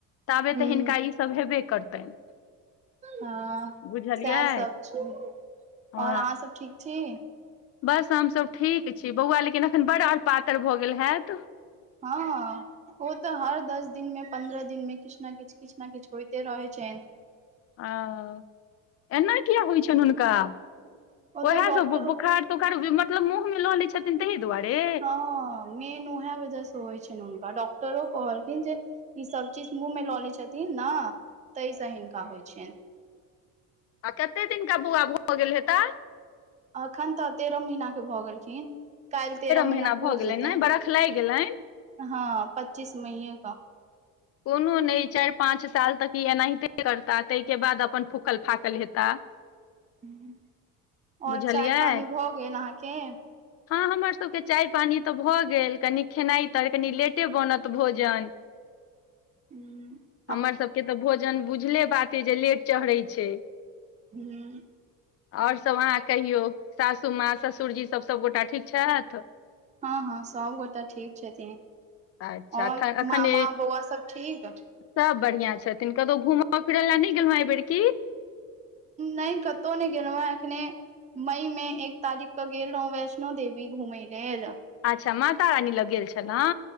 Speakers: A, on the left; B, on the right.
A: ताबे
B: हूँ
A: तऽ हिनका ईसभ हेबे करतनि
B: हँ
A: बुझलियै
B: सैह सब छै और
A: हँ
B: अहाँ सभ ठीक छी
A: बस हम सभ ठीक छी बौआ लेकिन एखन बड़ और पातर भऽ गेल हैत
B: हऽ ओ तऽ हर दस दिन में पन्द्रह दिन में किछ न किछ किछ न किछ होइतै रहै छैन
A: अ <inaudible> एना किया होइ छैन हुनका
B: ओतऽ
A: ओहै
B: डॉक्टर
A: सब बोखार तोखार मतलब मुँह में लऽ लै छथिन तहि दुआरे
B: हँ मेन उहै वजह से होय छैन हुनका डॉक्टरो कहलखिन जे ई सब चीज मुँह में लऽ ले छथिन न तैय स हिनका होइ छैन
A: आ कते दिनका बौआ भऽ गेल हेता
B: एखन तऽ तेरह महीना कऽ भऽ गेलखिन काइल तेरह महिना
A: महीना
B: पुर
A: भऽ गेलनि
B: जेतैन
A: ने बरख लागि गेलनि
B: <inaudible> हँ पच्चीस मईए कऽ
A: कोनो नै चाइ पाँच साल तक ई एनाहिते करता तैय केँ बाद अपन फूकल फाकल हेता <inaudible>
B: <inaudible> और
A: बुझलियै
B: चाय पानी भऽ गेल अहाँकेँ
A: हँ हमर सब केँ चाय पानी तऽ भऽ गेल कनि खेनाइ तऽ कनि लेटे बनत भोजन
B: <unintelligible>
A: हमर सब केँ तऽ भोजन बुझले बात यऽ जे लेट चढ़ै छै
B: हूँ
A: ओर सब अहाँ कहियो सासू माँ ससुरजी सब सबगोटा ठीक छैथ
B: हँ हँ सभ गोटाे ठीक छथिन <inaudible>
A: अच्छा
B: और
A: एखन
B: मामा बौआ सब ठीक
A: सब बढ़ियां छथिन कतौ घूम फिर लऽ नै गेलौ हँ आए बेेर की
B: नकतहु नहि गेलहुँ हेँ एखने मई में एक तारीख कऽ गेल रहौ वैष्णो देवी घुमै लेल
A: अच्छा माता रानी लग गेल छलौ